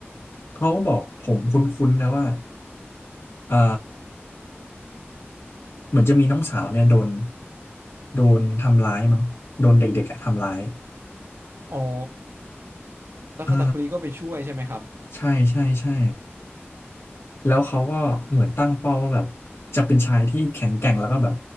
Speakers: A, on the left; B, on the right.
A: เขาบอกผมคุ้นๆนะว่าเอ่อ เหมือนจะมีน้องสาวเนี่ยโดน โดนทำร้ายมั้ง โดนเด็กๆอะทำร้าย
B: อ๋อแล้วคาตาคุริก็ไปช่วยใช่ไหมครับ
A: เออใช่ใช่ใช่แล้วเขาก็เหมือนตั้งเป้าว่าแบบจะเป็นชายที่แข็งแกร่งแล้วก็แบบ